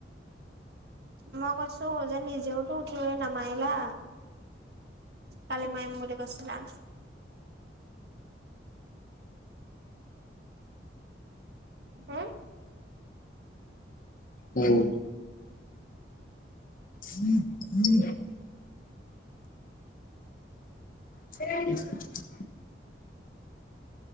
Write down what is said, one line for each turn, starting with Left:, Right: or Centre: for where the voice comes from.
Right: মই কৈছোঁ যে নিজেয়েতো উঠি মেলি নামাৰিলা। কালি মাৰিম বুলি কৈছিলা। হুম
Left: উম। <inaudible> <unintelligible>